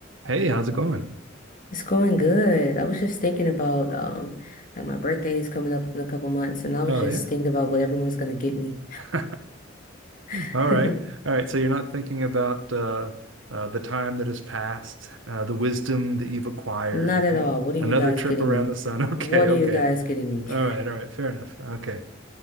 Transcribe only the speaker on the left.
It's going good. I was just thinking about um like my birthday is coming up in a couple months and I was
just
thinking about what everyone's gonna get me.
<laughs>
Not
at all. What are
you guys
getting
me?
What
are you guys getting me?
<laughs>